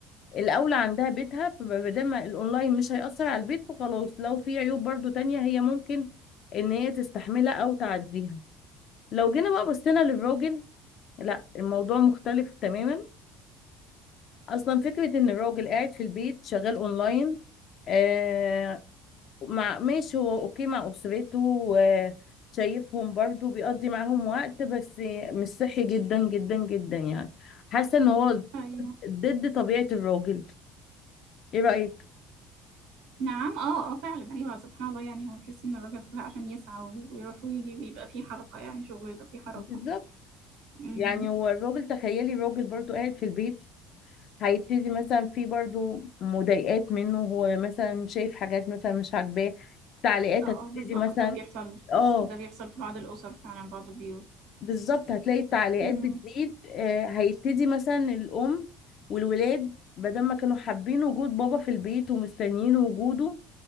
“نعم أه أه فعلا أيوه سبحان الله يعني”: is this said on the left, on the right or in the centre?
Right